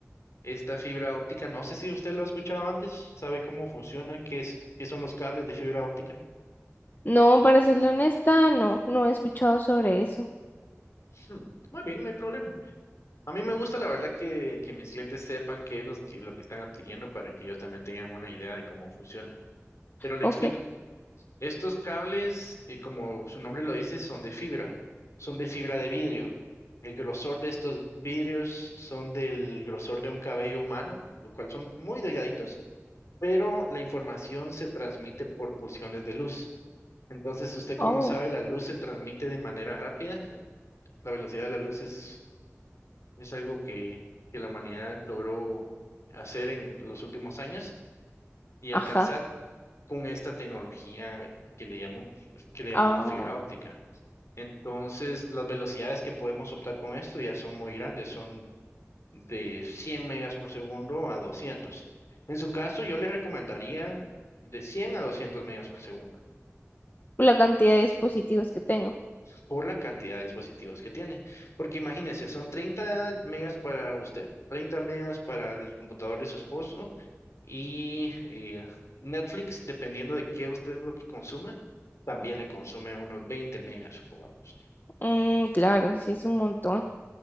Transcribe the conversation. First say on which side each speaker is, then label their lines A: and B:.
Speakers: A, on the left (about 65°); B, on the left (about 40°).
A: Esta fibra óptica, no sé si usted lo ha escuchado antes, sabe cómo funciona, qué es, qué son los cables de fibra óptica.
B: no, para serle honesta, no, no he escuchado sobre eso.
A: Hmm, Muy bien, no hay problema. A mí me gusta, la verdad, que, que mis clientes sepan qué es los que, lo que están adquiriendo para que ellos también tengan una idea de cómo funciona. Pero le
B: Ok,
A: explico. Estos cables, eh, como su nombre lo dice, son de fibra, son de fibra de vidrio. El grosor de estos vidrios son del grosor de un cabello humano, lo cual son muy delgaditos, pero la información se transmite por pulsiones de luz. Entonces, usted como
B: oh,
A: sabe, la luz se transmite de manera rápida. La velocidad de la luz es, es algo que, que la humanidad logró hacer en los últimos años y alcanzar
B: ajá,
A: con esta tecnología que le llamó- que le llamamos
B: ah,
A: fibra óptica. Entonces, las velocidades que podemos optar con esto ya son muy grandes, son de 100 megas por segundo a 200. En su caso, yo le recomendaría de 100 a 200 megas por segundo.
B: la cantidad de dispositivos que tengo.
A: por la cantidad de dispositivos que tiene. Porque imagínese, son 30 megas para usted, 30 megas para el computador de su esposo y eh, Netflix, dependiendo de qué usted lo que consuma, también le consume unos 20 megas, supongamos.
B: Mm, claro, sí es un montón.